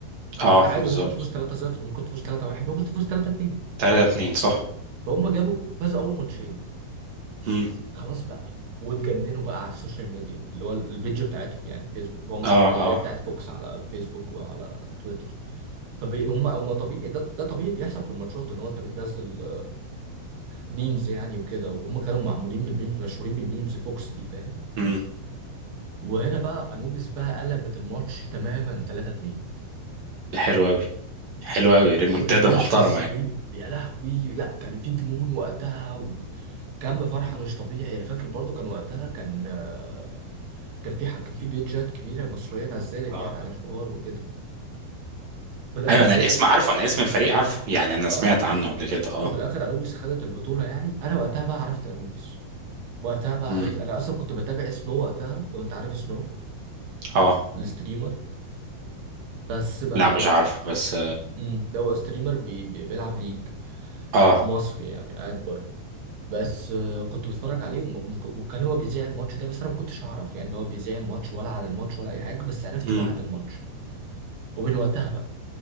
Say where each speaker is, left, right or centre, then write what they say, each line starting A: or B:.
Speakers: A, on the right; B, on the right.
A: اه
B: فانت عادي
A: بالظبط
B: ممكن تفوز 3-0 ممكن تفوز 3-1 ممكن تفوز 3-2
A: تلاتة اتنين صح
B: فهم جابوا فازوا اول ماتشين
A: مم.
B: خلاص بقى واتجننوا بقى على السوشيال ميديا اللي هو البيج بتاعتهم يعني الفيسبوك فهم اللي
A: اه اه
B: هي بتاعت فوكس على الفيسبوك وعلى تويتر فهم هم طبيعي ده ده طبيعي بيحصل في الماتشات ان هو انت بتنزل ميمز يعني وكده وهم كانوا معمولين بالميمز مشهورين بالميمز فوكس دي فاهم
A: مم.
B: وهنا بقى انوبيس بقى قلبت الماتش تماما 3 2
A: ده حلو اوي حلو اوي ريمونتادا
B: وريفيرس
A: محترمة
B: سويب
A: يعني
B: يا لهوي لا كان في جنون وقتها وكم فرحه مش طبيعي انا فاكر برضو كان وقتها كان آه، كان في حق كان في بيجات كبيره مصريه نزلت
A: اه
B: يعني عن الحوار وكده في الاخر
A: ايوه انا
B: انوبيس
A: الاسم عارفه انا اسم الفريق عارفه يعني انا
B: اه
A: سمعت عنه قبل كده اه
B: وفي الاخر انوبيس خدت البطوله يعني انا وقتها بقى عرفت انوبيس وقتها بقى
A: مم.
B: عرفت انا اصلا كنت بتابع سنو وقتها لو انت عارف سنو
A: اه
B: الستريمر بس ما
A: لا مش عارفه بس
B: امم ده هو ستريمر بي... بي... بيلعب ليج
A: اه
B: مصري يعني قاعد بره بس آه، كنت بتفرج عليه وم... وم- وكان هو بيذيع الماتش ده بس انا ما كنتش اعرف يعني ان هو بيذيع الماتش ولا عن الماتش ولا اي حاجه بس عرفت
A: مم.
B: بعد الماتش ومن وقتها بقى